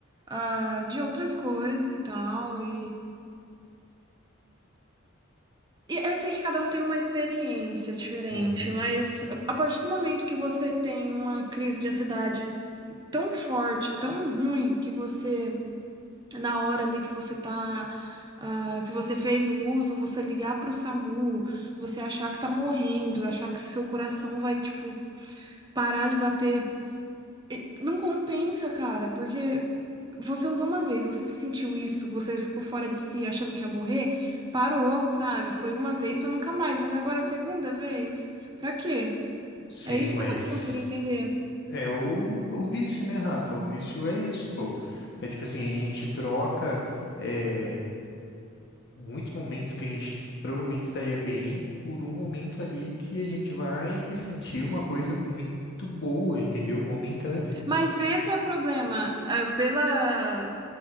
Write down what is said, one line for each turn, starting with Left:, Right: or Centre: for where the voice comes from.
Right: ah, de outras coisas e tal. E, e eu sei que cada um tem uma experiência diferente,
Left: Uhum.
Right: mas a a partir do momento que você tem uma crise de ansiedade tão forte, tão ruim, que você, na hora ali que você tá. ah, que você fez o uso, você ligar pro SAMU, você achar que tá morrendo, achar que seu coração vai, tipo, parar de bater E Não compensa, cara, porque você usou uma vez, você sentiu isso, você ficou fora de si achando que ia morrer, parou, sabe? Foi uma vez pra nunca mais, mas agora a segunda vez, pra quê?
Left: Sim,
Right: É isso
Left: mas
Right: que eu não consigo entender.
Left: é o, o vício, né, Rafa? O vício é isso, pô. É tipo assim, a gente troca é, muitos momentos que a gente provavelmente estaria bem por um momento ali que a gente vai sentir uma coisa muito boa, entendeu? Momentânea.
Right: Mas esse é o problema. Ah, Pela,